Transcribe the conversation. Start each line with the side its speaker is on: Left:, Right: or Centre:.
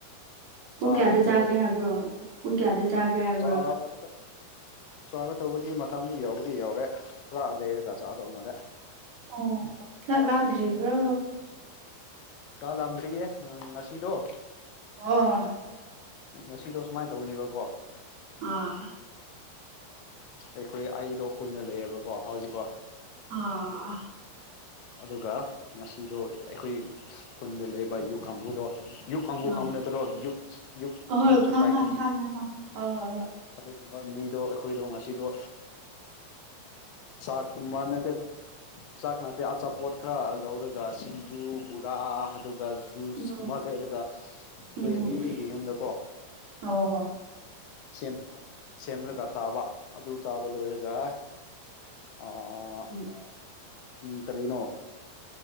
Right: ꯄꯨꯡ
Left: ꯆꯥꯗ꯭ꯔꯤꯌꯦ
Right: ꯀꯌꯥꯗ ꯆꯥꯒꯦ ꯍꯥꯏꯕ꯭ꯔꯣ ꯄꯨꯡ ꯀꯌꯥꯗ ꯆꯥꯒꯦ ꯍꯥꯏꯕ꯭ꯔꯣ
Left: ꯆꯔ ꯆꯥꯒ ꯊꯧꯕꯗꯤ ꯃꯇꯝꯗꯤ ꯌꯥꯎꯕꯗꯤ ꯌꯥꯎꯔꯦ ꯉꯥꯏꯍꯥꯛ ꯂꯩꯔꯒ ꯆꯥꯗꯧ ꯃꯥꯜꯂꯦ
Right: ꯑꯣ ꯆꯥꯛ ꯂꯝꯗ꯭ꯔꯤꯕ꯭ꯔꯣ
Left: ꯆꯥꯛ ꯂꯝꯗꯔ꯭ꯤꯌꯦ ꯉꯁꯤꯗꯣ
Right: ꯑꯣ
Left: ꯉꯁꯤꯗꯣ ꯁꯨꯃꯥꯏꯅ ꯇꯧꯅꯦꯕꯀꯣ
Right: ꯑꯥ
Left: ꯑꯩꯈꯣꯏ ꯑꯩꯗꯣ ꯀꯨꯏꯅ ꯂꯩꯌꯦꯕꯀꯣ ꯍꯧꯖꯤꯛ
Right: ꯑ
Left: ꯑꯗꯨꯒ ꯉꯁꯤꯗꯣ ꯑꯩꯈꯣꯏ ꯈꯨꯟꯗ ꯂꯩꯕ ꯌꯨ ꯀꯥꯡꯕꯨꯗꯣ ꯌꯨꯛ ꯀꯥꯡꯕꯨ
Right: ꯎꯝ
Left: ꯈꯪꯕ ꯅꯠꯇ꯭ꯔꯣ ꯌꯨꯛ
Right: ꯑꯍꯣꯏ
Left: ꯌꯨꯛ ꯁꯣꯁꯥꯏꯇꯤ
Right: ꯈꯪ ꯈꯪ ꯈꯪꯉꯦ ꯈꯪꯉꯦ ꯍꯣꯏ ꯍꯣꯏ ꯍꯣꯏ
Left: ꯁꯨꯝ ꯃꯤꯗꯣ ꯑꯩꯈꯣꯏꯗꯣ ꯉꯁꯤꯗꯣ ꯆꯥꯛ ꯑꯃꯥ ꯅꯠꯇꯦ ꯆꯅꯥ ꯑꯦ ꯑꯆꯥꯄꯣꯠ ꯈꯔ ꯂꯧꯔꯒ ꯁꯤꯡꯖꯨ ꯕꯣꯔꯥ ꯑꯗꯨꯒ ꯖꯨꯁ
Right: ꯎꯝ
Left: ꯀꯨꯝꯕ ꯂꯩꯔꯒ ꯑꯩꯈꯣꯏ
Right: ꯎꯝ ꯎꯝ ꯎꯝ
Left: ꯑꯩꯒꯤ ꯌꯨꯝꯗꯀꯣ
Right: ꯍꯣꯏ ꯍꯣꯏ
Left: ꯁꯦꯝꯒ ꯁꯦꯝꯂꯒ ꯆꯥꯕ ꯑꯗꯨ ꯆꯥꯕ ꯂꯣꯏꯔꯒ ꯑꯥ
Right: ꯎꯝ
Left: ꯎꯝ ꯀꯔꯤꯅꯣ